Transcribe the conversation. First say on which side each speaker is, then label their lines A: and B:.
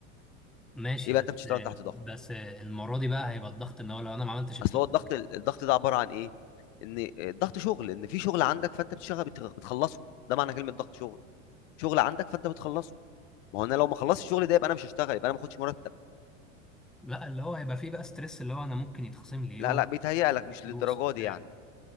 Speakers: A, in the centre; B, on the left.
A: ماشي
B: يبقى
A: بس
B: انت بتشتغل تحت ضغط
A: بس المرة دي بقى هيبقى الضغط ان هو لو انا ما عملتش التاسك
B: اصل هو الضغط الضغط ده عباره عن ايه ان الضغط شغل ان في شغل عندك فانت بتشتغل بت- بتخلصه ده معنى كلمه ضغط شغل شغل عندك فانت بتخلصه ما هو انا لو ما خلصتش الشغل ده يبقى انا مش هشتغل يبقى انا ما باخدش مرتب
A: لا اللي هو هيبقى فيه بقى ستريس اللي هو انا ممكن يتخصم لي يوم
B: لا لا بيتهيأ لك مش
A: في فلوس
B: للدرجه
A: وبتاع
B: دي يعني